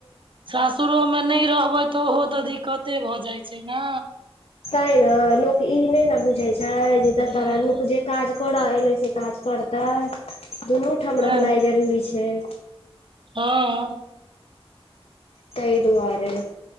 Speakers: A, on the right (about 55°); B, on the left (about 80°).
A: सासुरोमे नहि रहबै तऽ ओहो तऽ दिक्कते भऽ जाइत छैय ने।
B: तै ने लोक ई नहि ने बुझै छैय जे
A: ह
B: तोरा लोक जे काज करऽ एल से काज करते दुनू ठाम
A: तें
B: रहनाइ जरूरी छैय।
A: हँ।
B: तहि दुआरे